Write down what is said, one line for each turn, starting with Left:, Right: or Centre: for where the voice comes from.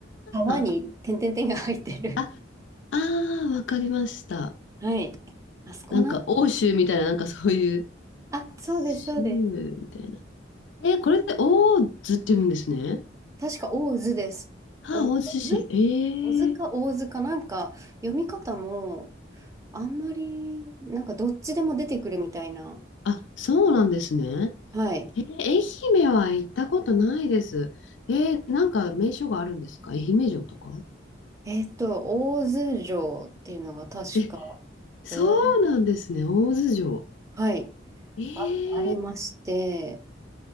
Right: 川に点々点が入ってる。
Left: ー、あ、あー、わかりました。
Right: <laughs> はい。あそこな、
Left: なんか、欧州みたいな、なんかそういう、
Right: あ、そうです、
Left: シムみたいな。
Right: そうです。
Left: えーこれでオーズって言うんですね。
Right: 確か、大津です。
Left: あ大津市。
Right: お、大津大津か大津か、
Left: ええ
Right: なんか、読み方も、あんまり、なんか、どっちでも出てくるみたいな。
Left: あ、そうなんですね。
Right: はい。
Left: えー愛媛は行ったことないです。えーなんか名所があるんですか愛媛城とか
Right: えっと、大津城っていうのが確か、
Left: え、そうなんですね。
Right: 大津、
Left: 大津城。
Right: はい、
Left: ええ
Right: あ、ありまして、